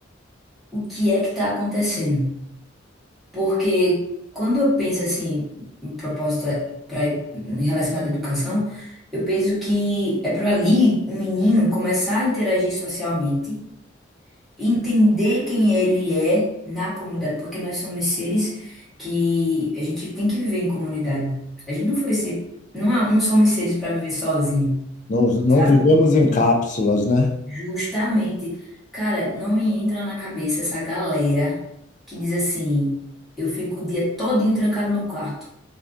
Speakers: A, in the centre; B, on the left (about 40°).
A: o que é que está acontecendo? Porque quando eu penso assim, em propósito é pra, em relação à educação, eu penso que é para ali um menino começar a interagir socialmente entender quem ele é na comunidade, porque nós somos seres que a gente tem que viver em comunidade. A gente não foi ser, não, é- não somos seres para viver sozinho,
B: Não, não
A: sabe?
B: vivemos em cápsulas, né?
A: Justamente. Cara, não me entra na cabeça essa galera que diz assim: eu fico o dia todinho trancado no quarto,